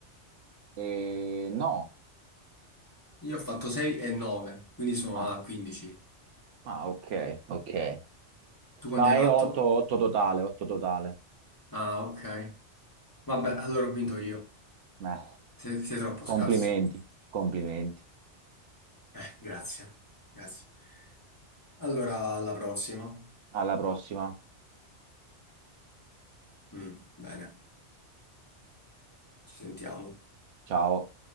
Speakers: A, on the right (about 85°); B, on the left (about 20°).
A: Eh, no.
B: Io ho fatto 6 e 9, quindi sono
A: Ah,
B: a 15.
A: ah, ok, ok.
B: Tu quanto
A: No, è
B: hai fatto?
A: 8, 8 totale, 8 totale.
B: Ah, ok. Vabbè, allora ho vinto io.
A: Beh,
B: Sei, sei troppo
A: complimenti,
B: scarso.
A: complimenti.
B: Eh, grazie. Grazie. Allora, alla prossima.
A: Alla prossima.
B: Mm, bene, ci sentiamo.
A: Ciao.